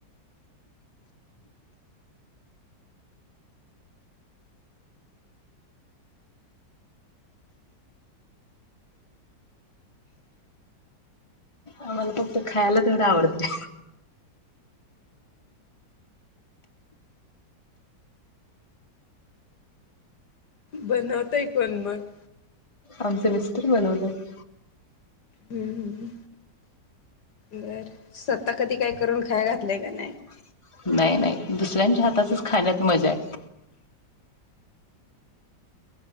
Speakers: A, on the left; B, on the left.
A: आम्हाला फक्त खायला तेवढं आवडतय.
B: बनवतय कोण मग?
A: आमच मिस्टर बनवतात.
B: हम्म बर स्वतः कधी काय करून खाय घातलंय का नाही
A: <inaudible> नाइ नाइ. दुसऱ्यांच्या हाताचच खाण्यात मजाय.